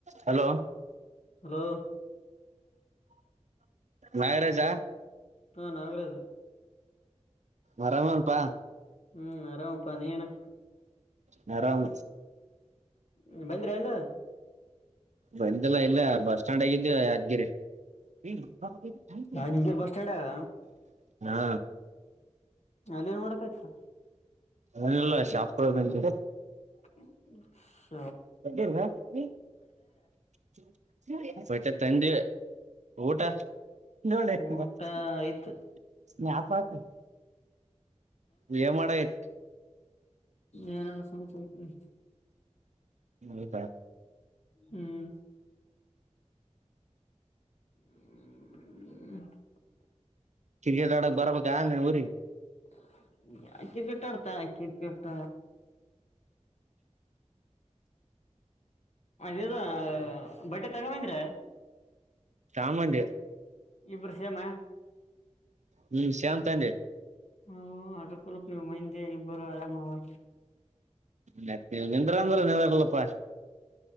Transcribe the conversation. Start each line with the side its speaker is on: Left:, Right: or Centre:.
Right: Hello
Left: hello
Right: Nagaraja
Left: ಹಾ ನಾಗರಾಜು
Right: ಅರಾಮೆನ್ಪ
Left: ಹ್ಮ್ ಆರಾಮಪ್ಪಾ ನೀನು
Right: ನರಾಮ
Left: ಹಂ ಬಂದ್ರಿ ಏನ್.
Right: ಬಂದಿಲ್ಲಾ ಇಲ್ಲ ಬಸ್ ಸ್ಟ್ಯಾಂಡ್ ದಾಗ್ ಗಿದ್ದವಿ ಯಾದಗಿರಿ. <unintelligible>
Left: ರಾಜಗಿರ್ ಬಸ್ ಸ್ಟ್ಯಾಂಡಾಗ
Right: ಹಾ
Left: ಅಲ್ಲೇನ್ ಮಾಡಾಕತ್ರಿ.
Right: ಏನಿಲ್ಲಾ ಶಾಪುರ್ದಾಗ್ ಬಂದಿವಿ.
Left: ಹ್ಮ್ <unintelligible>
Right: <unintelligible> ಬಟ್ಟೆ ತಂದಿ ಊಟ ನೋ <unintelligible>
Left: ಊಟ ಆಯ್ತು
Right: ಸ್ನ್ಯಾಪ್ ಹಾಕ್ರಿ. ಏನ್ ಮಾಡಕ್ಕತ್ತಿ.
Left: ಏನಿಲ್ಲ ಸುಮ್ ಕುಂತೀನಿ.
Right: ಹೌದಾ.
Left: ಹ್ಮ್ ಹ್ಮ
Right: ಕ್ರಿಕೆಟ್ ಆಡಾಕ್ ಬರ್ಬೇಕಾ ನೀ ಉರಿಗಿ.
Left: <unintelligible> ಕ್ರಿಕೆಟ್ ಆಡ್ತಾ ಕ್ರಿಕೆಟ್ ಅದ ಇದ ಬಟ್ಟೆ ತೊಗೊಂಡ ಬಂದ್ರ್ಯ.
Right: ತಾ ಬಂದ್ವಿ.
Left: ಇಬ್ರೂ ಸೇಮ.
Right: ಹ್ಮ್ ಶೆಮ್ ತಂದಿ.
Left: ಹ ಅದು ಕುಲಕ್ ನೀವ ಮಂದಿ ಇಬ್ಬರು ಅಳ್ಯಾ ಮಾವಾ.
Right: ಮತ್ತ ನೀವ ನಿಂದ್ರ ಅಂದ್ರ ನಿಂದ್ರಲ್ಲಪ್ಪ.